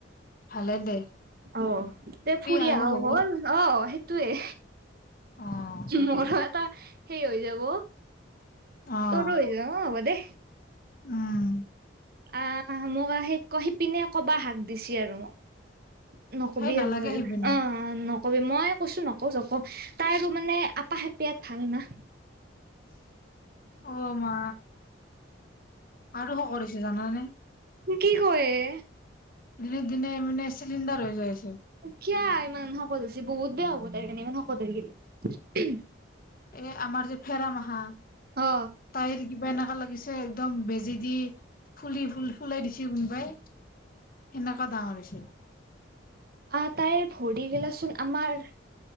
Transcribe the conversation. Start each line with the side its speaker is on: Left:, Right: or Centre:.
Left: ভালে দে
Right: অ দে ফুৰি
Left: আহাও হ'ব।
Right: হ'ল অ সেইটোয়ে
Left: অ', হয়
Right: মোৰো
Left: দে
Right: এটা সেই হৈ যাব
Left: অ',
Right: তৰ হৈ য অব দে
Left: উম
Right: আহ মোকেই শিপিনে কবা শাক দিছে আৰু মোক নকবি
Left: সেই নালাগে
Right: আৰু তই
Left: সিপিনে।
Right: অ কবি মই কৈছো নক ওঁ নকওঁ তাৰ মানে আপাসেপেয়াত ভাল না।
Left: অ মা, আৰু শকত হৈছে। জানানে
Right: কি ক ই এ
Left: দিনে দিনে মানে চিলিণ্ডাৰ হৈ যায় আছে
Right: কিয়া ইমান শকত হৈচি বহুত বেয়া হ'ব তাইৰ কাৰণে ইমান শকত হলি
Left: এ আমাৰ যে ফেৰা মাখা
Right: অ
Left: তাইৰ কিবা এনেকা লাগিছে একদম বেজে দি ফুলি ফুলি ফুলে দিচি কোনোবাই এনেকা ডাঙৰ হৈছে।
Right: আ তাইৰ ভৰি গেলাচোন আমাৰ